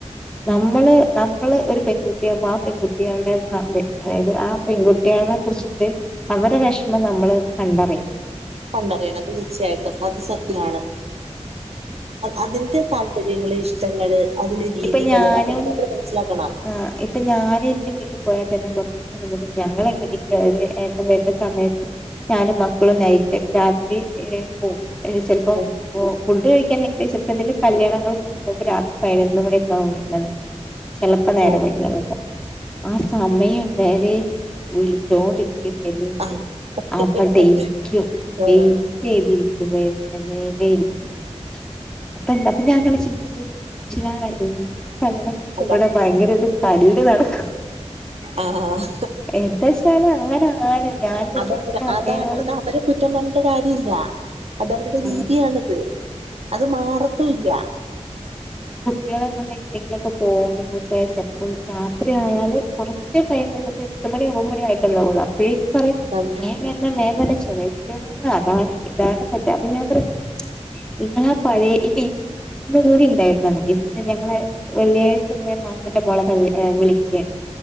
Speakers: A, in the centre; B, on the right.
A: നമ്മള് നമ്മള് ഒരു പെൺകുട്ടിയകുമ്പോ ആഹ് പെൺകുട്ടികളുടെ അതായത് ആഹ് പെൺകുട്ടികളെ കുറിച്ചിട്ട് അവരെടെ വിഷമം നമ്മള് കണ്ടറിയണം
B: പണ്ടറിയണം തീർച്ചയായിട്ടും അത് സത്യമാണ് അതിന്റെ താല്പര്യം താല്പര്യങ്ങളെ ഇഷ്ടങ്ങള് അതിന്റെ രീതികള്
A: ഇപ്പൊ ഞാനും
B: അതൊക്കെ മാെ മനസ്സിലാക്കണം
A: ആഹ് ഇപ്പൊ ഞാൻ എന്റെ വീട്ടിൽ പോയാൽ തന്നെ കുറച്ച് ഞങ്ങ എങ്ങനെങ്കും അതായത് ഏട്ടം വരുന്ന സമയത്ത് ഞാനും മക്കളും നൈറ്റ് രാത്രി ഓ ചിലപ്പോ
B: ഉം
A: ഓ ഫുഡ് കഴിക്കാൻല്ലെങ്കിൽ ചിലപ്പോ എന്തങ്കിലും കല്യാണങ്ങൾ പോകുമ്പോ രാത്രി പയ <unintelligible> ചെലപ്പോ നേരം
B: ഉം
A: വൈിയാലക്ക ആഹ് സമയം വരെ വിളിച്ചോണ്ടിരിക്ക ഇല്ലെങ്കില്
B: ആഹ്
A: അവടെ
B: ആഹ്
A: ഇരിക്കും
B: ആഹ്
A: വൈറ്റെയ്തിരിക്കും കുറെ നേരയിരിക്കും. അപ്പൊ ഇണ്ടപ്പ ഞാൻ അങ്ങനെ ചിന്തിക്കും പക്ഷെ ഇനി കല്യാണം കഴിച്ച
B: അതാ
A: ഇവിടെ ഭയങ്കര ഒര് തല്ല് നടക്കും
B: ആഹ്
A: എന്താച്ചാല് അങ്ങനാണ്. ഞാൻ എന്നിട്ട്
B: അതവര്
A: എന്റെ അമ്മേനോടും
B: അതാണ് അത് അവരെ കുറ്റം പറഞ്ഞിട്ട് കാര്യമില്ല അതവരുടെ
A: ആഹ്
B: രീതിയാണത് അത് മാറത്തുല്ല.
A: കുട്ടിയളെ കൊണ്ട് എവിയെങ്കിലൊക്കെ പോകുമ്പോ വെറുതെ ശ രാത്രി ആയാല് കൊറച്ച് ടൈമേ ഒരു എട്ട് മണി ഒമ്പ മണി ആയിട്ടൊള്ളൂ അപ്പഴേക്കും പറിം
B: ആഹ്
A: വേഗം വരണം വേഗം വരണം ചെറിയ കുട്ടികളാണ് അതാണ് ഇതാണ് അപ്പം ഞാൻ പറയും ഇങ്ങളാ പഴയെ, ഇപ്പം <unintelligible> മൂരി ഇണ്ടായിരുന്നു ഇമ് ഞങ്ങളെ വെള്ളിയാഴ്ചന്റെ മാമന്റെ മോളെ കള്ളി വിളിക്കാണ്